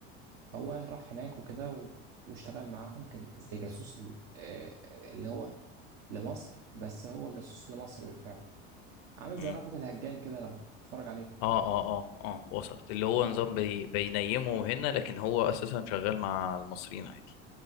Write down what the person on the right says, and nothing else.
فهو راح هناك وكده و... واشتغل معاهم كان زي جاسوس ل... آه، آه، اللي هو لمصر بس هو جاسوس لمصر بالفعل عامل زي
رأفت الهجان كده لو تتفرج عليه
ف...